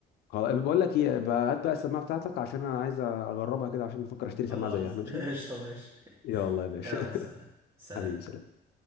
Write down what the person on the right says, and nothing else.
خلاص
<laughs> قشطه ماشي
يلا سلام
سلام